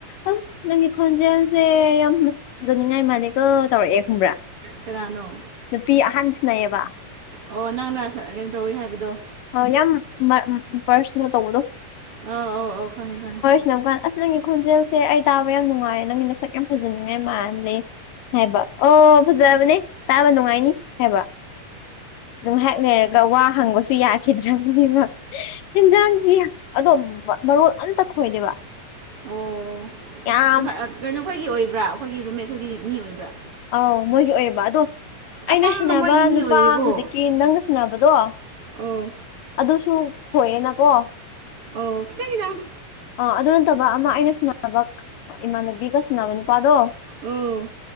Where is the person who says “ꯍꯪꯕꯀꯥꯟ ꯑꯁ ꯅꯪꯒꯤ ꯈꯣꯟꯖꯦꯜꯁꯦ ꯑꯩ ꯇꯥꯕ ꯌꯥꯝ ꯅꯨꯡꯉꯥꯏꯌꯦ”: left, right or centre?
Left